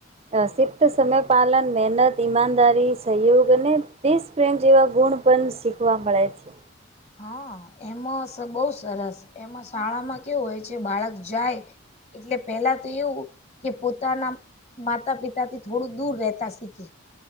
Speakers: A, on the right; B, on the left.
A: અ સિક્ત સમયપલન મહેનત ઈમાનદારી સહયોગ અને દસ પ્રેમ જેવા ગુણ પણ શીખવા મળે છે.
B: હા એમાં બહુ સરસ એમાં શાળામાં કેવું હોય છે બાળક જાય. એટલે પેલા તો એવું કે પોતાના માતા પિતાથી થોડું દૂર રહેતા સ કે.